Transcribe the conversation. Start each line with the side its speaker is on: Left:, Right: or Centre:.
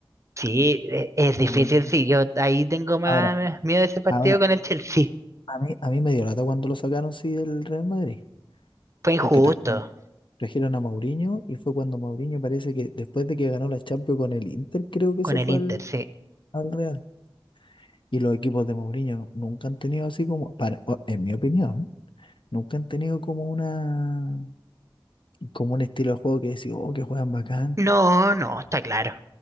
Right: sí, e- es difícil,
Left: Vale.
Right: sí. Yo ahí tengo más
Left: Ahora,
Right: miedo de ese partido
Left: ahora
Right: con el Chelsea.
Left: A mí, a mí me dio lata cuando lo sacaron, sí, del Real Madrid,
Right: Fue injusto
Left: porque trajeron, trajeron a Mourinho y fue cuando Mourinho parece que después de que ganó la Champions con el Inter, creo que
Right: con
Left: se
Right: el
Left: fue
Right: Inter,
Left: al,
Right: sí.
Left: al Real. Y los equipos de Mourinho nunca han tenido así como, para, o- en mi opinión, nunca han tenido como una, como un estilo de juego que decía, oh, que juegan bacán.
Right: No, no, está claro.